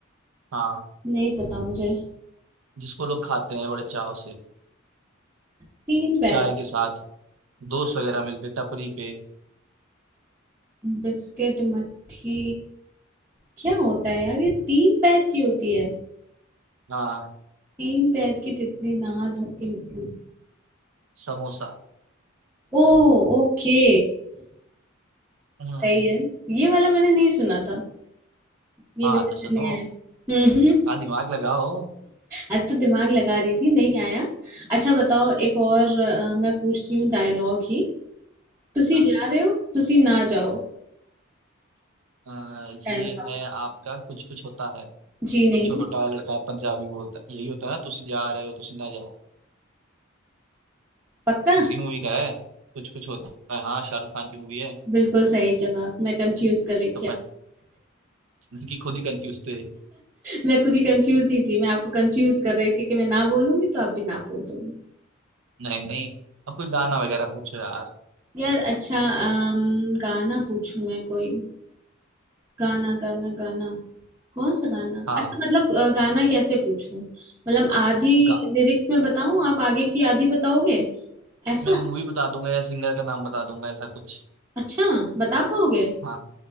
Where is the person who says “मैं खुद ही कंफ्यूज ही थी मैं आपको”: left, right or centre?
Right